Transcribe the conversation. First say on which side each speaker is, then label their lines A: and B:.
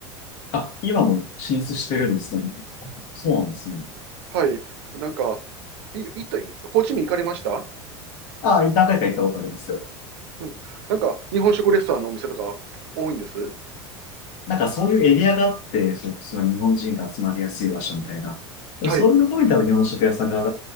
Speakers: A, on the left (about 55°); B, on the right (about 65°).
A: あ、今も進出してるんですね。そうなんですね。
B: はい。なんか、い、いった、ホーチミン行かれました
A: ああ、何回か行ったことありますよ。
B: うん。なんか、日本食レストランのお店とか多いんです
A: なんかそういうエリアがあって、そ、その日本人が集まりやすい場所みたいな。
B: はい。
A: そういうところに多分日本食屋さんが